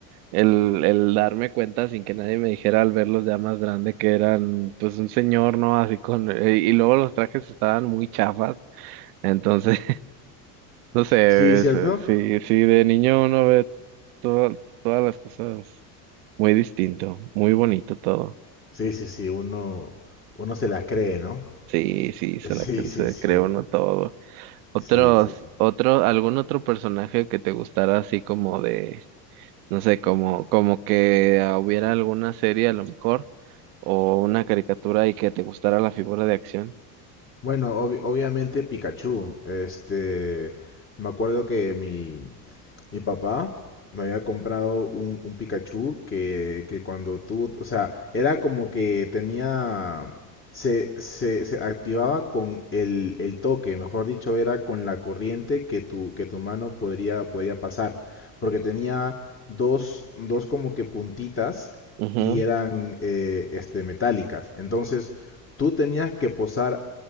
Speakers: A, on the right; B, on the left.
A: el, el darme cuenta sin que nadie me dijera al verlos ya más grande que eran pues un señor, ¿no? Así con, eh, y luego los trajes estaban muy chafas, entonces... No sé,
B: Sí, ¿cierto?
A: es, eh, sí, sí, de niño uno ve toda- todas las cosas muy distinto, muy bonito todo.
B: Sí, sí, sí, uno, uno se la cree, ¿no?
A: Sí, sí,
B: <laughs>
A: se
B: Sí,
A: la cre-
B: sí,
A: se
B: sí,
A: cree uno todo. Otros,
B: sí, sí, sí.
A: otro, algún otro personaje que te gustara así como de, no sé, como, como que ah, hubiera alguna serie a lo mejor, o una caricatura y que te gustara la figura de acción.
B: Bueno, obvi- obviamente Pikachu, este, me acuerdo que mi, Mi papá me había comprado un, un Pikachu que, que cuando tú, o sea, era como que tenía, se, se, se activaba con el, el toque, mejor dicho, era con la corriente que tu, que tu mano podría, podría pasar, porque tenía dos, dos como que puntitas
A: Ujú.
B: y eran eh, este, metálicas. Entonces, tú tenías que posar